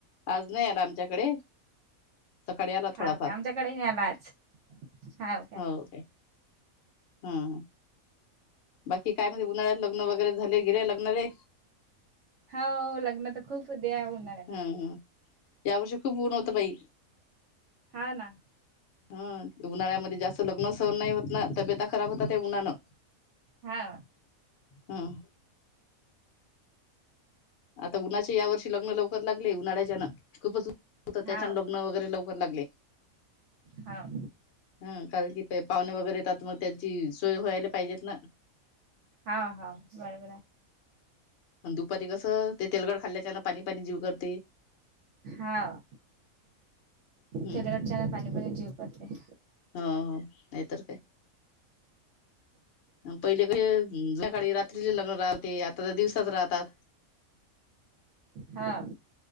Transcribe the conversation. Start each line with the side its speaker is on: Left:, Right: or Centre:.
Left: आज नाही आला आमच्याकडे सकाळी आला
Right: हाव
Left: थोडाफार
Right: का आमच्याकडे नाही आला आज हाव का?
Left: हो काय. हम्म बाकी काय म्हणते उन्हाळ्यात लग्न वगैरे झाले गेलेलं लग्न रे
Right: हो लग्न तर खूप होते या उन्हाळ्यात
Left: हम्म हम् या वर्षी खूप ऊन
Right: हम्म
Left: होत बाई
Right: हाव ना.
Left: हा उन्हाळयामध्ये जास्त लग्न सहन नाही होत ना तब्येता खराब होतात हया उन्हानं
Right: हाव
Left: हम्म आता उन्हाच्या या वर्षी लग्न लवकर लागले. उन्हाळ्याच्यानं खूपच होतं
Right: हाव
Left: त्याच्याने लग्न वगैरे लवकर लागले.
Right: हाव
Left: हा कारण की ते पाहुणे वगैरे येतात मग त्यांची सोय व्हायला पाहिजेत ना.
Right: हाव हाव बरोबर आहे.
Left: आणि दुपारी कसं ते तेलकट खाल्ल्याच्यान पाणी पाणी जीव करते.
Right: हाव
Left: हम्
Right: तेलकटच्याने पाणीपाणी जीव करते.
Left: हो हो नाही तर काय पहिले कस सकाडी रात्रीचे लग्न राहते आता तर दिवसाच राहतात.
Right: हाव